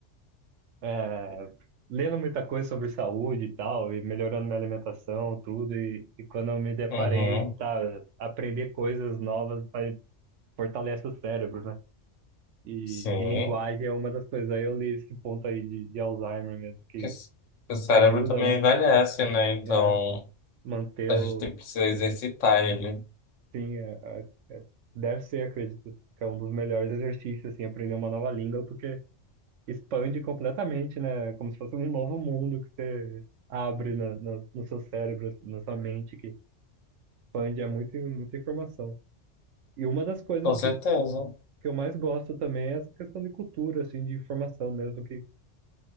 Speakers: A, on the right; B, on the left.
A: é, lendo muita coisa sobre saúde e tal, e melhorando minha alimentação, tudo, e, e quando eu me deparei,
B: Uhum,
A: tá, aprender coisas novas faz- fortalece o cérebro, né? E,
B: sim.
A: e linguagem é uma das coisas. Aí eu li esse ponto aí de, de Alzheimer mesmo, que,
B: Porque s- o cérebro
A: que ajuda,
B: também
A: né?
B: envelhece, né? Então,
A: É, manter
B: a
A: o.
B: gente tem, precisa exercitar ele.
A: Sim, é- é- deve ser, acredito, que é um dos melhores exercícios, assim, aprender uma nova língua, porque expande completamente, né? Como se fosse um novo mundo que você abre no, no, no seu cérebro, assim, na sua mente, que expande é muito, muita informação. E uma das coisas
B: Com certeza.
A: que, que eu mais gosto também é essa questão de cultura, assim, de informação mesmo, que